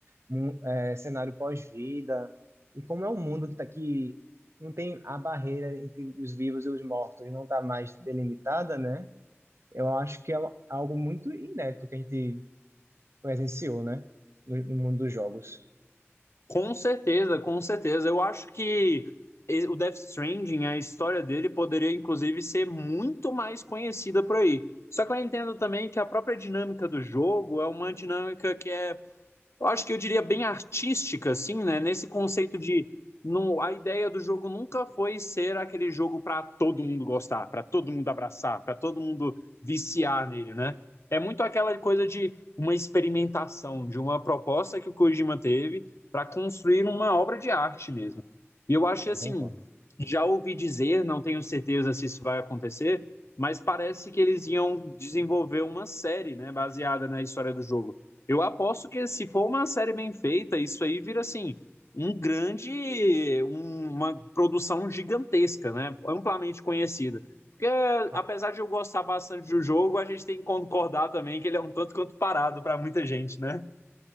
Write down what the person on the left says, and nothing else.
Com certeza, com certeza. Eu acho que e- o Death Stranding, a história dele poderia inclusive ser muito mais conhecida por aí. Só que eu entendo também que a própria dinâmica do jogo é uma dinâmica que é eu acho que eu diria bem artística, assim, né? Nesse conceito de não, a ideia do jogo nunca foi ser aquele jogo para todo mundo gostar, para todo mundo abraçar, para todo mundo viciar nele, né? É muito aquela coisa de uma experimentação, de uma proposta que o Kojima teve para construir uma obra de arte mesmo. E eu acho
que, assim,
já ouvi dizer, não tenho certeza se isso vai acontecer, mas parece que eles iam desenvolver uma série, né, baseada na história do jogo. Eu aposto que se for uma série bem feita, isso aí vira assim um grande, um- uma produção gigantesca, né? Amplamente conhecida. Porque
apesar de eu gostar bastante do jogo, a gente tem que concordar também que ele é um tanto quanto parado para muita gente, né?